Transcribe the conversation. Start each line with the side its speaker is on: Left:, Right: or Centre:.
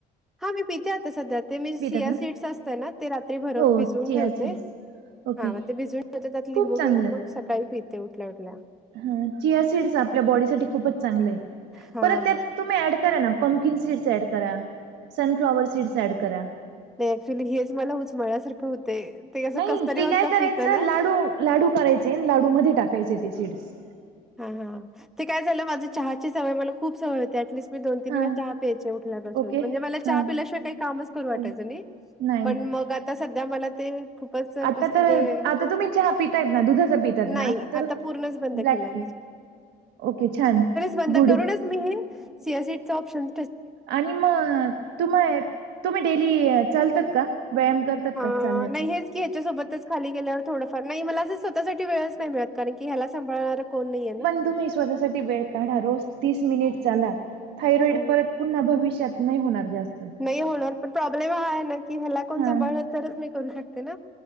Centre: हा मी पिथे आता सध्या ते मी सिया
Right: पितात ना?
Centre: सीट्स असतं ना ते रात्री भर
Right: हो
Centre: भिजवून
Right: चिया
Centre: ठेवते.
Right: सीड्स ओके
Centre: हा मग ते भिजून ठ त्यात लिंबू
Right: खूप चांगलं.
Centre: बिळून मग सकाळी पििते उठल्या उठल्या.
Right: हा चचीसिड्स आपल्या बॉडी सा खूपच चांगले आहे
Centre: हां.
Right: परत ते तुम्ही ऍड करा ना. पमकीिन सीड्स ऍड करा सनफ्लाॉवर सीड्स ऍड करा.
Centre: नाही ऍक्च्युली हेच मला उचमळल्यासारखं होते ते असं
Right: नाही
Centre: कसरी
Right: ते
Centre: होतं
Right: काय करायचं
Centre: पिताना.
Right: लाडू लाडू करायचे लाडूमध्ये टाकायचे ते सीड्स.
Centre: हा हा ते काय झालं माझ्या चहाची सवय मला खूप सवय होते ऍटलीिस्ट. मी दोन तीन
Right: हा
Centre: वेळा चहा प्यायचे उठल्यापासून
Right: ओके
Centre: म्हणजे मला
Right: हा
Centre: चहा पिल्याशिवायही कामच करू वाटायचं
Right: हो.
Centre: नाही.
Right: नाही.
Centre: पण मग आता सध्या मला ते. खूपच
Right: आता
Centre: कस
Right: तर
Centre: म्हणजे
Right: आता तुम्ही चहा पितायत ना दुधाचा पितात
Centre: नाही
Right: ना तर
Centre: आता पूर्णच बंद.
Right: ब्लॅक
Centre: केलाय
Right: टी ओके छान
Centre: बंद
Right: गुड
Centre: करूनच मी हे सीस प्शन.
Right: आणि मग तुम्हा तुम्ही डेली चालतात का व्यायाम कर
Centre: अ,
Right: चालण्याचा.
Centre: नाही हेच की याच्यासोबतच खाली गेल्यावर थोडंफार नाही मला असं स्वतःसाठी वेळच नाही मिळत. कारण की ह्याला सांभाळणार कोण नाहीे ना.
Right: तुही स्वतः वेळ काढा रोज तीस मिनिट चाला थायरॉइड
Centre: अ,
Right: परत पुन्हा भविष्यात नाही होणार जास्त.
Centre: नाही होणार पण प्रॉब्लेम हा आहे ना की ह्याला कोण
Right: हा
Centre: सांभाळलं तरच मी करू शकते ना.